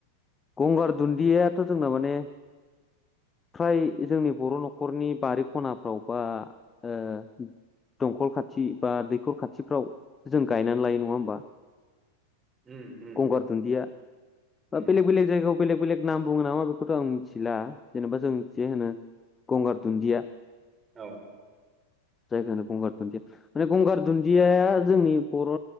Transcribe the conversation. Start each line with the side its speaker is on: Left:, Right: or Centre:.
Left: गंगार दुन्दियाथ' जोंना माने। फ्राय जोंनि बर' न'खरनि बारि खनाफ्राव बा ओ। दंखल खाथि बा दैखर खाथिफ्राव जों गायनानै लायो नङा होमबा।
Right: उम उम
Left: गंगार दुन्दिया बा
Right: उम
Left: बेलेग बेलेग जायगायाव। बेलेग बेलेग नाम बुङो नामा बेखौथ' आं मिथिला जेनेबा जों जे होनो गंगार दुन्दिया।
Right: औ।
Left: जायखौ होनो गंगार दुन्दिया माने गंगार दुन्दियाआ जोंनि बर'।